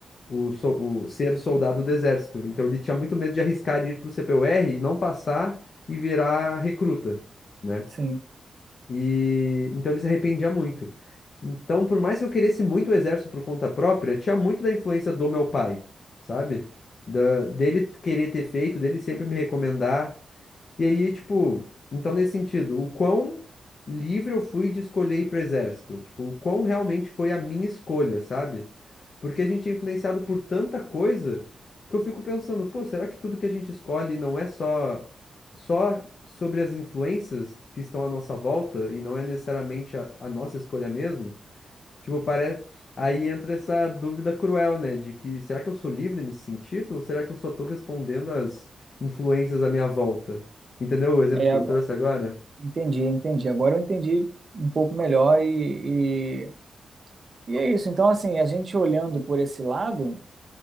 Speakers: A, on the left; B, on the right.
A: o, o, so- o ser soldado do exército. Então ele tinha muito medo de arriscar ir pro CPUR e não passar e virar recruta, né?
B: Sim.
A: E então ele se arrependia muito. Então, por mais que eu queresse muito o exército por conta própria, tinha muito da influência do meu pai, sabe? Da, dele querer ter feito, dele sempre me recomendar. E aí, tipo, então nesse sentido, o quão livre eu fui de escolher ir pro exército? Tipo, o quão realmente foi a minha escolha, sabe? Porque a gente é influenciado por tanta coisa que eu fico pensando, pô, será que tudo que a gente escolhe não é só só sobre as influências que estão à nossa volta e não é necessariamente a, a nossa escolha mesmo? Tipo, parece. Aí entra essa dúvida cruel, né? De que será que eu sou livre nesse sentido? Ou será que eu só tô respondendo às influências à minha volta? Entendeu o exemplo
B: É,
A: que
B: agora-
A: eu trouxe agora?
B: entendi, entendi. Agora eu entendi um pouco melhor e, e, e é isso. Então, assim, a gente olhando por esse lado,